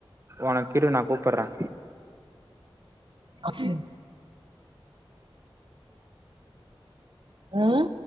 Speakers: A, on the right; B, on the right.
A: உனக்கு கிரு நா கூப்பர்றே
B: ஆ சேர் அஹ்